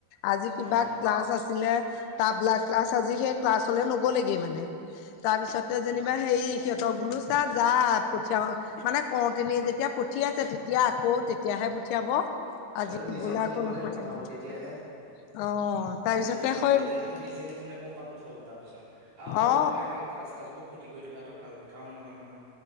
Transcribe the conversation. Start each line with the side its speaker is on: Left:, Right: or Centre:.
Left: আজি কিবা
Right: অ
Left: ক্লাছ আছিলে তাবলা ক্লাছ আজি সেই ক্লাছলৈ নগলেগে মানে। তাৰ পিছতে যেনিবা
Right: অ
Left: হেৰি সিহঁতৰ বোলো চা যা পঠিয়াও মানে কওঁতে নি যেতিয়া পঠিয়াইছে তেতিয়া আকৌ তেতিয়াহে পঠিয়াব আজি
Right: এইটো
Left: নগ'লে
Right: নিজে শুনিব
Left: আকৌ নপঠিয়াব
Right: লাগিব কথাবোৰ তেতিয়াহে
Left: অ', তাৰপিছতে
Right: নিজে
Left: হয়
Right: এতিয়া যদি নিজে নুশুনে কপা পঠিয়াব তাৰ পিছত, আৰু হয়ো
Left: অ
Right: নহয় এনেকে ক্লাছ চ্লাছ বোৰ ক্ষতি কৰি থকাটো ভাল কথাও নহয় নহয়,